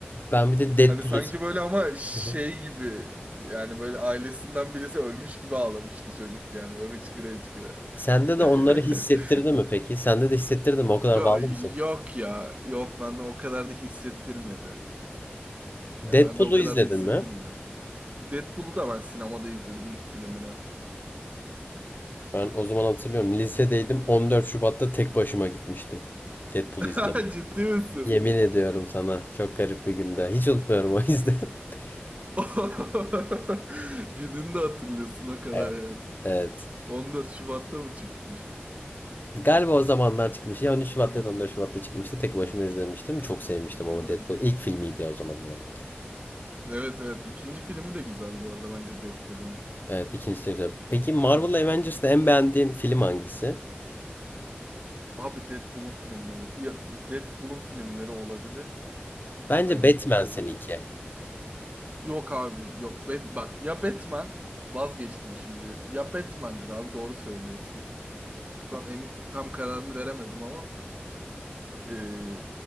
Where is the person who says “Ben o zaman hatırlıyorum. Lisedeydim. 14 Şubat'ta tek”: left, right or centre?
Left